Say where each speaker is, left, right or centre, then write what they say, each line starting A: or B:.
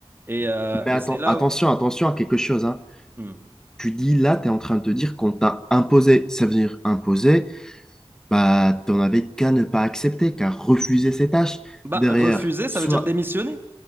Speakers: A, on the right; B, in the centre.
A: Et, euh,
B: Mais
A: et
B: atten-
A: c'est là
B: attention,
A: où...
B: attention à quelque chose, hein.
A: Hmm.
B: Tu dis là, tu es en train de te dire qu'on t'a imposé. Ça veut dire imposé, bah, t'en avais qu'à ne pas accepter, qu'à refuser ces tâches.
A: Bah,
B: Derrière,
A: refuser, ça
B: soit
A: veut dire démissionner.